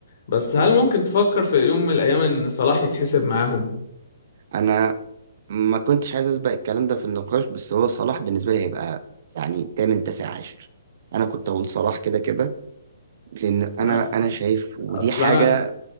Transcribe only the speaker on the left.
بس هل
ممكن تفكر في يوم من الايام ان صلاح يتحسب معاهم
لا
اصل
انا